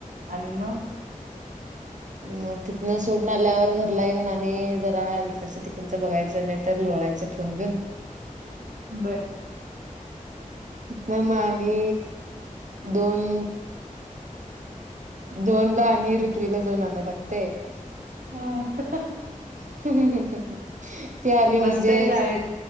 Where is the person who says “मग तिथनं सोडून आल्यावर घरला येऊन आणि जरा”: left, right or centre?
Right